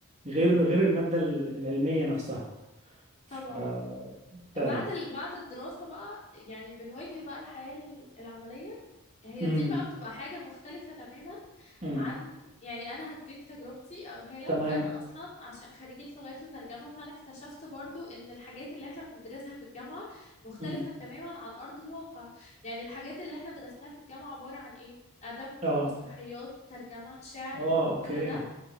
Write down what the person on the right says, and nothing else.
غير غير المادة ال- العلمية نفسها ف-
فعلا
امم
امم
تمام
امم
اه
اه اوكي